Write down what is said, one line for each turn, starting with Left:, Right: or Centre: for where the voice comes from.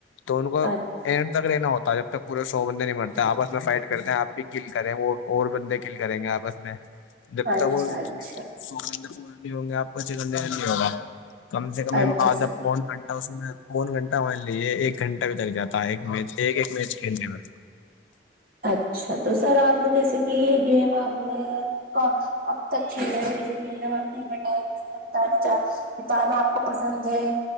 Left: تو ان
Right: نے۔
Left: کو تک لینا ہوتا ہے جب تک پورے سو بندے نہیں مرتے آپس میں فائٹ کرتے ہیں آ بھی گل کریں اور اور بندے گل کریں گے آپس میں جب
Right: اچھا
Left: تک وہ
Right: اچھا
Left: سر پور بھی ہوں گے آپ کو چھ گنٹے لی ہوگا کم سے کم
Right: اچھا
Left: آدھا
Right: سر
Left: پون گن اس دوون گھنٹہ مان لیجیے ایک گھنٹہ بھی تک جاتا ہے ایک میچ ایک ایک میچ کھیلنے میں
Right: اچھا تو سر آپ نے جیسے کہ یہ گیم آپ نے اب تک کھیل رہ ہے میز ملب آپ کو ٹائم اس میں بتانا چاہ بتانا آپ کو پسند ہے